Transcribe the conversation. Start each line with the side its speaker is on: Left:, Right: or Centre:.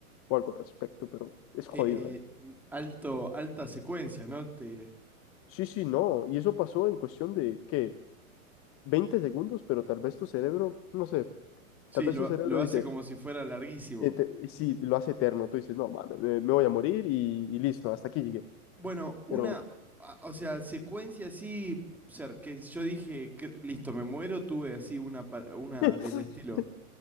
Left: o algo al respecto, pero es jodido,
Centre: Eh,
Left: ¿eh?
Centre: m- alto, alta secuencia, ¿no? Te,
Left: Sí, sí, no. Y eso pasó en cuestión de, ¿qué? veinte segundos, pero tal vez tu cerebro, no sé,
Centre: sí,
Left: tal vez
Centre: lo,
Left: tu cerebro
Centre: lo hace
Left: dice,
Centre: como si fuera larguísimo.
Left: eh, te- y si lo hace eterno, tú dices, no, mames, me, me voy a morir y, y listo, hasta aquí llegué.
Centre: Bueno, una,
Left: Pero
Centre: a- o sea, secuencia así, o sea, que yo dije, "Cre- listo, me muero, tuve así una, pa- una
Left: <laughs>
Centre: del estilo.